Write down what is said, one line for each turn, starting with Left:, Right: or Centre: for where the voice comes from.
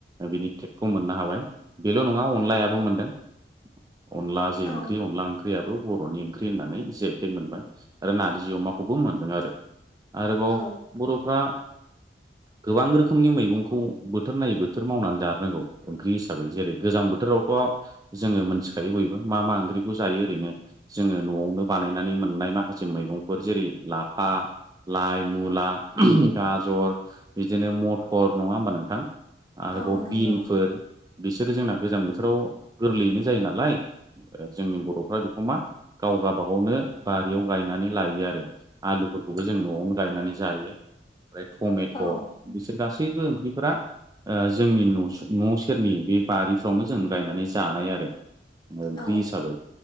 Right: बिनि टेकखौ मोननो हाबाय बेल' नङा अनलायाबो मोनदों अनला जे
Left: औ
Right: ओंख्रि अनला ओंख्रि ओंख्रियाबो बर'नि ओंख्रि होननानै जेखे मोनबाय आरो नारजि अमाखौबो मोनदों आरो आरोबाव
Left: औ
Right: बर'फ्रा गोबां रोखोमनि मैगंखौ बोथोर नायै बोथोर मावनानै जानो रोंगौ ओंख्रि हिसाबै जेरै गोजां बोथोरावथ' जोङो मोनथिखायो बयबो मा मा ओंख्रिखौ जायो ओरैनो जोङो न'आवनो बानायनानै मोननाय माखासे मैगंफोर जेरै लाफा लाइ मुला गाजर बिदिनो मथर नङा होमबा नोंथां आरोबाव
Left: औ नंगौ
Right: बिनफोर बिसोरो जोंना गोजां बोथोराव गोरलैयैनो जायो नालाय जोंनि बर'फ्रा बेखौ मा गाव गावबा गावनो बारियाव गायनानै लायो आरो आलुफोरखौबो जों न'आवनो गायनानै जायो ओमफ्राय टमेट'
Left: औ
Right: बिसोर गासैबो ओंख्रिफोरा जोंनि न' सेरनि बे बारिफ्रावनो जों गायनानै जायो जानाय आरो ओंख्रि
Left: औ
Right: हिसाबै